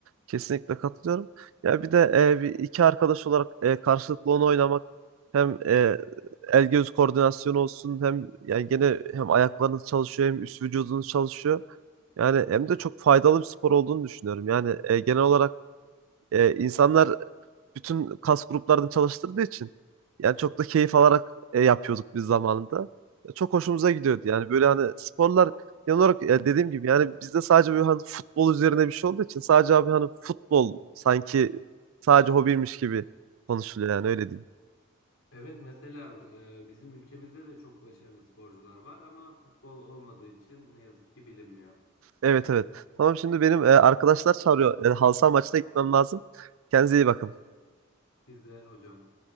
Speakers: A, on the right (about 70°); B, on the left (about 65°).
A: Kesinlikle katılıyorum. Ya bir de e, bir iki arkadaş olarak e, karşılıklı onu oynamak hem e, el göz koordinasyonu olsun hem yani gene hem ayaklarınız çalışıyor hem üst vücudunuz çalışıyor. Yani hem de çok faydalı bir spor olduğunu düşünüyorum. Yani e, genel olarak e, insanlar bütün kas gruplarını çalıştırdığı için yani çok da keyif alarak e, yapıyorduk biz zamanında. E, Çok hoşumuza gidiyordu. Yani böyle hani sporlar genel olarak e, dediğim gibi yani bizde sadece böyle hani futbol üzerine bir şey olduğu için sadece abi hani futbol sanki sadece hobiymiş gibi konuşuluyor yani öyle diyeyim.
B: Evet mesela e, bizim ülkemizde de çok başarılı sporcular var ama futbol olmadığı için ne yazık ki bilinmiyor.
A: Evet evet. Tamam şimdi benim e, arkadaşlar çağırıyor. E, halı saha maçına gitmem lazım. Kendinize iyi bakın.
B: Siz de hocam.